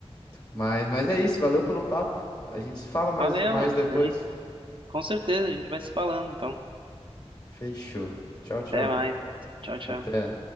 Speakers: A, on the left; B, on the right.
A: Mas, mas é isso, valeu pelo papo. A gente se fala mais,
B: Valeu.
A: mais depois.
B: A gente, com certeza, a gente vai se falando, então.
A: Fechou. Tchau, tchau.
B: Até mais. Tchau, tchau.
A: Até.